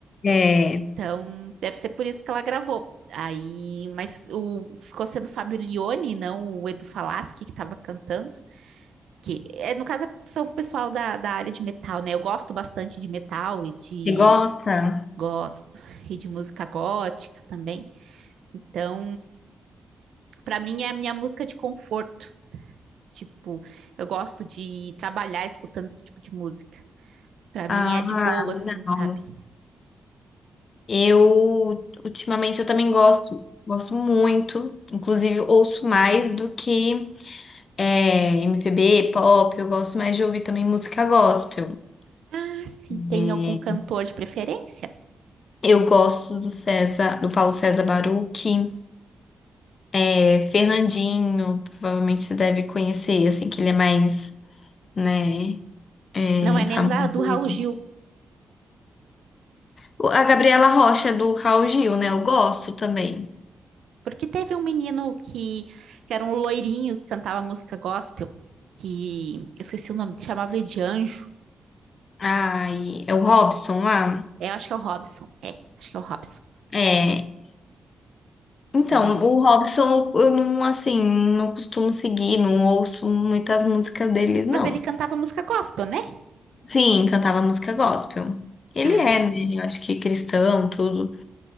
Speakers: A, on the left (about 45°); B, on the right (about 85°).
A: É,
B: então deve ser por isso que ela gravou. Aí, mas o ficou sendo o Fábio Lione, não o Edu Falaschi que estava cantando. que é, no caso são o pessoal da, da área de metal, né? Eu gosto bastante de metal e de
A: você gosta?
B: gosto <laughs> e de música gótica também. Então, para mim é a minha música de conforto. Tipo, eu gosto de trabalhar escutando esse tipo de música. Para
A: Ah,
B: mim é de boa, assim, sabe?
A: não. Eu, ultimamente, eu também gosto, gosto muito. Inclusive, ouço mais do que. É, MPB, pop, eu gosto mais de ouvir também música gospel.
B: Ah, sim,
A: É,
B: tem algum cantor de preferência?
A: eu gosto do César, do Paulo César Baruch, é, Fernandinho, provavelmente você deve conhecer, assim, que ele é mais, né, é,
B: Não é nenhum
A: famoso.
B: da, do Raul Gil,
A: O- A Gabriela Rocha do Raul Gil, né, eu gosto também.
B: porque teve um menino que, que era um loirinho que cantava música gospel, que eu esqueci o nome, chamava ele de Anjo.
A: Ai, é o Robson lá?
B: É, eu acho que é o Robson. É, acho que é o Robson.
A: É. Então,
B: Isso.
A: o Robson, eu eu não, assim, não costumo seguir, não ouço muitas músicas dele, não.
B: Mas ele cantava música gospel, né?
A: Sim, cantava música gospel. Ele
B: Ah,
A: é,
B: sim,
A: né?
B: sim.
A: Eu acho que cristão, tudo.